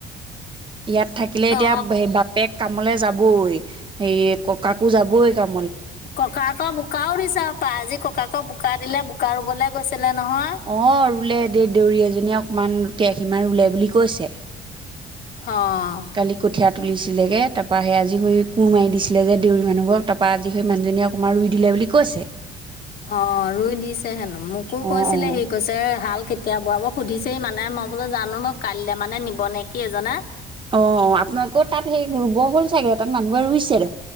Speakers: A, on the right; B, on the left.
A: ইয়াত থাকিলে এতিয়া
B: অ
A: বা-বাপেক কামলে যাবই। সে ককাকো যাবই কাম
B: ককাকৰ বোকাও দিছ পা। আজি ককাকক বোকা দিলে, বোকা ৰুবলে গৈছিলে নহয়।
A: অ', ৰুলে দেই। দেউৰী এজনীয়ে অকমান কেহীমান ৰুলে বুলি কৈছে।
B: অ'।
A: কালি কঠীয়া তুলিছিলেগে। তাৰপৰা সেই আজি স কোৰ মাৰি দিছিলে যে দেউী মানুহবক তাৰপৰা আজি সেই মানুজনীয়ে অকণমান ৰুই দিলে। বুলি কৈছে।
B: অ'। ৰুই দিছে হেনো। মোকো
A: অ',
B: কৈছিলে
A: অ'।
B: সি, কৈছে হাল কেতিয়া বোৱাব সুধিছ সেই মানে মই বোলো জানো মোক কাইলৈ মানে নিব নে কি এজনে
A: অ আপোনালোকেও তাত সেই ৰুব হ'ল চাগে তাত মানুহবে ৰুইছে দে